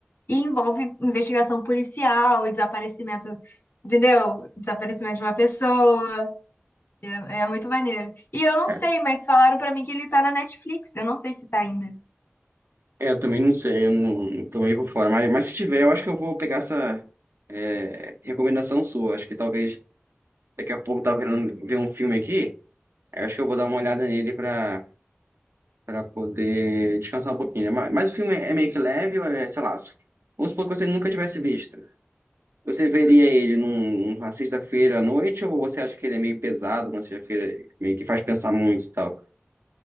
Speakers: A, on the left; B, on the right.
A: E envolve investigação policial, e desaparecimento, entendeu? Desaparecimento de uma pessoa. É, é muito maneiro. E eu não
B: É,
A: sei, mas falaram pra mim que ele tá na Netflix. Eu não sei se tá ainda.
B: eu também não sei, eu não, não tô meio por fora. Mas, mas se tiver, eu acho que eu vou pegar essa é, recomendação sua. Acho que talvez daqui a pouco eu tava querendo ver um filme aqui. Eu acho que eu vou dar uma olhada nele pra. Pra poder descansar um pouquinho. né? Mas, mas o filme é meio que leve, ou é, sei lá. Vamos supor que você nunca tivesse visto. Você veria ele num- numa sexta-feira à noite, ou você acha que ele é meio pesado, numa sexta-feira, meio que faz pensar muito e tal?